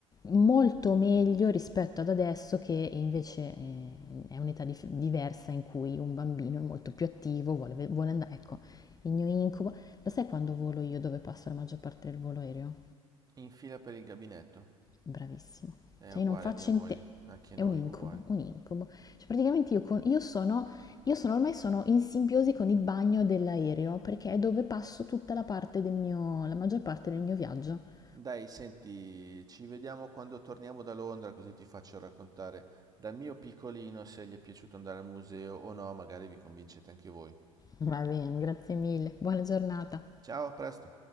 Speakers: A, on the left (about 20°); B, on the right (about 20°).
A: molto meglio rispetto ad adesso che invece eh, è un'età dif- diversa in cui un bambino è molto più attivo, vuole, ve- vuole andare, ecco, il mio incubo. Lo sai quando volo io dove passo la maggior parte del volo aereo?
B: In fila per il gabinetto.
A: Bravissimo.
B: È
A: Cioè
B: uguale
A: io non faccio
B: a mia moglie,
A: in te,
B: anche
A: è
B: noi,
A: un incubo,
B: uguale.
A: un incubo. Cioè praticamente io, con- io sono, io sono ormai sono in simbiosi con il bagno dell'aereo perché è dove passo tutta la parte del mio, la maggior parte del mio viaggio.
B: Dai, senti, ci vediamo quando torniamo da Londra, così ti faccio raccontare dal mio piccolino se gli è piaciuto andare al museo o no, magari vi convincete anche voi.
A: Va bene, grazie mille, buona giornata.
B: Ciao, a presto!